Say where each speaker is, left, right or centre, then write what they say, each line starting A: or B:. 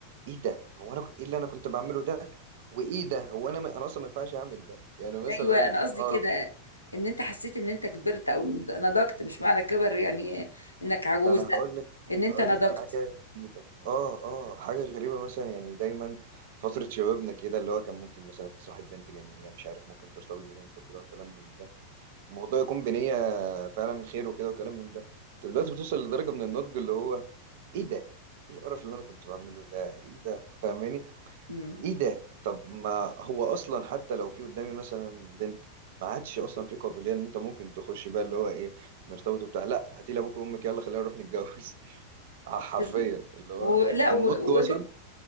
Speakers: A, on the right; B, on the left.
A: ايه ده هو انا ك- ايه اللي انا كنت بعمله ده وايه ده هو انا م- انا اصلا ما ينفعش اعمل ده يعني مثلا
B: ايوه انا قصدي
A: آه،
B: كده ان انت حسيت ان انت كبرت او نضجت مش معنى كبر يعني انك عجوز
A: ده انا
B: لا
A: هقول لك
B: ان انت
A: هقول
B: نضجت
A: لك حاجه غريبه اه اه حاجه غريبه مثلا يعني دايما فتره شبابنا كده اللي هو كان ممكن مثلا تصاحب بنت جميله مش عارف ممكن ترتبط ببنت وكده وكلام من ده الموضوع يكون بنيه فعلا خير وكده وكلام من ده دلوقتي بتوصل لدرجه من النضج اللي هو ايه ده ايه القرف اللي انا كنت بعمله ده ايه ده فاهماني
B: مم.
A: ايه ده طب ما هو اصلا حتى لو في قدامي مثلا بنت ما عادش اصلا في قابليه ان انت ممكن تخش بقى اللي هو ايه نرتبط وبتاع لا هاتي لي ابوك وامك يلا خلينا نروح نتجوز آه، حرفيا
B: بالظبط
A: اللي هو
B: ولا
A: النضج
B: ووجهة
A: وصل